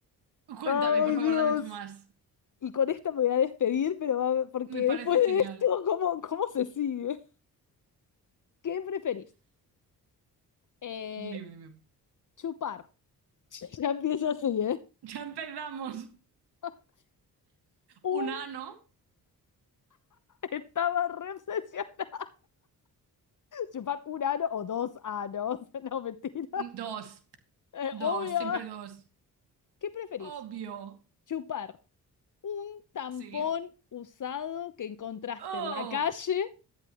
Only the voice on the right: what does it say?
Cuéntame,
por favor,
dame tú más.
Me parece
genial.
Dime, dime.
Ya empezamos.
Un ano.
Dos.
Dos,
siempre dos.
Obvio.
¿Sí?
Oh,